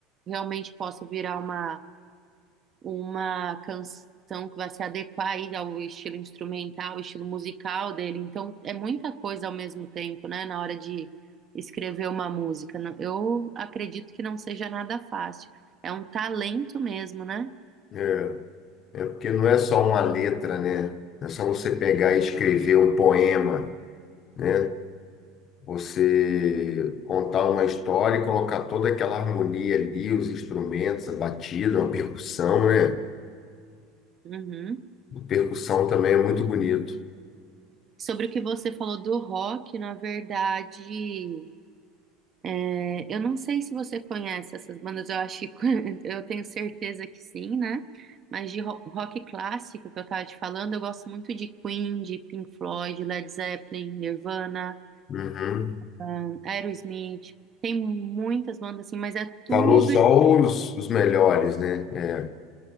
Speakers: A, on the right; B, on the left.
A: realmente possa virar uma uma canção que vai se adequar aí ao estilo instrumental, ao estilo musical dele. Então, é muita coisa ao mesmo tempo, né, na hora de escrever uma música. Não- Eu acredito que não seja nada fácil. É um talento mesmo, né?
B: é, é porque não é só uma letra, né? Não é só você pegar e escrever um poema, né? Você contar uma história e colocar toda aquela harmonia ali, os instrumentos, a batida, uma percussão, né?
A: Uhum.
B: A percussão também é muito bonito.
A: Sobre o que você falou do rock, na verdade. É, eu não sei se você conhece essas bandas, eu acho que <laughs> eu tenho certeza que sim, né? Mas de ro- rock clássico que eu tava te falando, eu gosto muito de Queen, de Pink Floyd, Led Zeppelin, Nirvana,
B: Uhum.
A: ahn, Aerosmith. Tem muitas bandas assim, mas é tudo.
B: Falou só os, os melhores, né? É.